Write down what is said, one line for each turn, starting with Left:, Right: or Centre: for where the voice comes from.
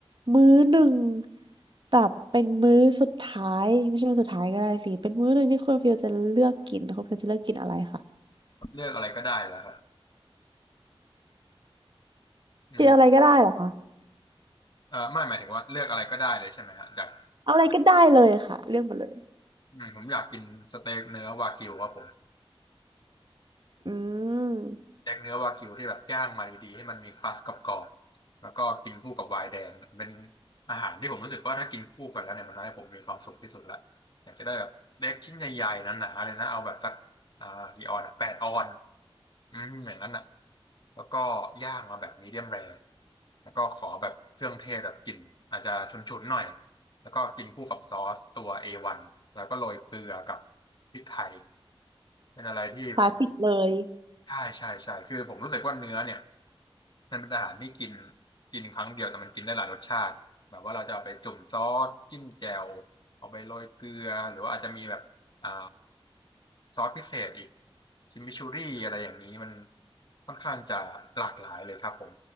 Right: มื้อหนึ่งแบบเป็นมื้อสุดท้ายไม่ใช่มื้อสุดท้ายก็ได้สิเป็นมื้อหนึ่งที่คุณฟิลจะเลือกกินคุณฟิลจะเลือกกินอะไรคะ
Left: เลือกอะไรก็ได้เหรอครับอืม
Right: กินอะไรก็ได้เหรอคะ
Left: เอ่อไม่หมายถึงว่าเลือกอะไรก็ได้เลยใช่ไหมฮะจาก
Right: เอาอะไรก็ได้เลยค่ะเลือกมาเลย
Left: อืมผมอยากกินสเต็กเนื้อวากิวครับผม
Right: อืม
Left: แยกเนื้อวากิวที่แบบย่างมาดีๆให้มันมีครัสกรอบๆแล้วก็กินคู่กับไวน์แดงเป็นอาหารที่ผมรู้สึกว่าถ้ากินคู่กันแล้วเนี่ยมันทำให้ผมมีความสุขที่สุดละอยากจะได้แบบเล็กชิ้นใหญ่ๆหนาๆเลยนะเอาแบบสักอ่ากี่ออนอะแปดออนอืมอย่างนั้นอ่ะแล้วก็ย่างมาแบบมีเดียมแรแล้วก็ขอแบบเครื่องเทศแบบกลิ่นอาจจะฉุนๆหน่อยแล้วก็กินคู่กับซอสตัวเอวันแล้วก็โรยเกลือกับพริกไทยเป็นอะไรที่ผม
Right: คลาสสิกเลย
Left: ใช่ใช่ใช่คือผมรู้สึกว่าเนื้อเนี่ย มันเป็นอาหารที่กินกินครั้งเดียวแต่มันกินได้หลายรสชาติแบบว่าเราจะเอาไปจุ่มซอสจิ้มแจ่วเอาไปโรยเกลือหรือว่าอาจจะมีแบบอ่าซอสพิเศษอีกคิมมิชูรี่อะไรอย่างนี้มันค่อนข้างจะหลากหลายเลยครับผม